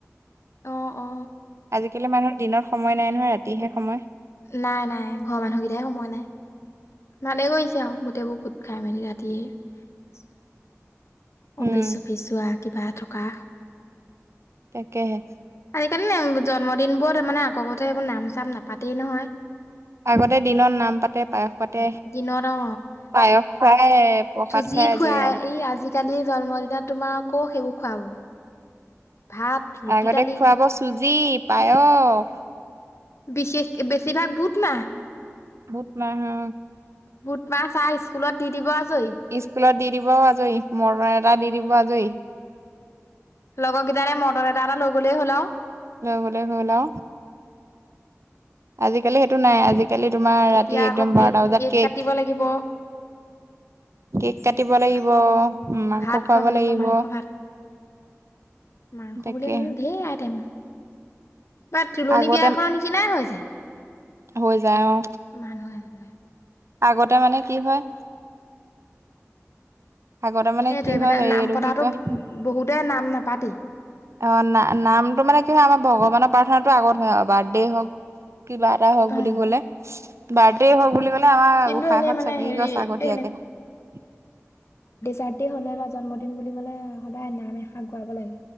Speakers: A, on the left (about 60°); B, on the right (about 60°).
A: অ অ
B: আজিকালি মানুহৰ দিনত সময় নাই নহয়। ৰাতিহে সময়
A: নাই নাই, ঘৰৰ মানুহকেইটাই সময় নাই। ভালে কৰিছে আৰু গোটেইবোৰ গোট খাই মেলি ৰাতিয়ে। অফিচ
B: উম
A: - চফিচ যোৱা, কিবা থকা।
B: তাকেহে।
A: আজিকালি নে জন্মদিনবোৰ তাৰ মানে আগকতেবোৰ নাম - চাম নাপাতেই নহয়।
B: আগতে দিনত নাম পাতে, পায়স পাতে,
A: দিনত অ
B: পায়স খুৱাই প্ৰসাদ
A: যি
B: খুৱাই
A: খোৱাই
B: আজৰি
A: এই আজিকালি জন্মদিনত তোমাৰ আকৌ সেইবোৰ খুৱাব ভাত ৰুটি
B: আগতে
A: দালি
B: খুৱাব চুজি, পায়স
A: বিশেষ বেছিভাগ বুত মাহ।
B: বুত মাহ হা।
A: বুত মাহ চাহ স্কুলত দি দিব আচো
B: স্কুলত দি দিবও আজৰি মৰম এটা দি দিব আজৰি
A: লগৰকেইটাৰে মদন এটা এটা লৈ গ'লেই হ'ল আৰু
B: ল হলে হলা আজিকালি সেইটো নাই আজিকালি তোমাৰ
A: এতিয়া
B: ৰাতি একদম
A: আকৌ কেক
B: বাৰটা বজাত কেক
A: কাটিব লাগিব
B: কেক কাটিব লাগিব
A: আকৌ
B: মাংস
A: ভাত
B: খুৱাব লাগিব
A: মাংস ভাত মাংস
B: তাকে
A: বুলি ধেৰ আই াইম বা তুলনিী
B: আগতে
A: বিয়াখন চিনাই হৈ যায়
B: হৈ যায় অ
A: মানুহে কয়
B: আগতে মানে কি হয় আগতে মানে
A: সেইটোৱে
B: কি হয় হেৰি
A: নাম
B: এইটো
A: পতাটো
B: কি কয়
A: বহুতে নাম নাপাতেই
B: অ নাম নামটো মানে কি হয় আমাৰ ভগৱানৰ পাৰ্থনাটো আগত হয় বাৰ্থডে হওক কিবা এটা হওক বুলি
A: অ
B: ক'লে বাৰ্থডে হওক বুলি কলে আমাৰ
A: কিন্তু
B: গোসাই
A: এনেই
B: ঘৰত
A: মানে
B: চাকি
A: হেৰি
B: গছ আগতীয়াকে
A: এই
B: দি
A: ৰাতি হ'লে বা জন্মদিন বুলি ক'লে সদায় নাম এষা গুৱাব লাগে